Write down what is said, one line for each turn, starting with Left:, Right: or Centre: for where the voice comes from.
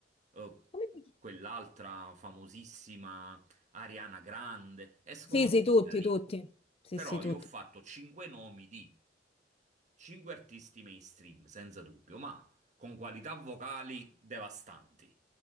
Right: eh,
Left: come si chiama?
Right: quell'altra famosissima Ariana Grande, escono
Left: Sì, sì,
Right: tutti
Left: tutti,
Right: da lì.
Left: tutti. Sì,
Right: Però
Left: sì, tutti.
Right: io ho fatto cinque nomi di cinque artisti mainstream, senza dubbio, ma con qualità vocali devastanti,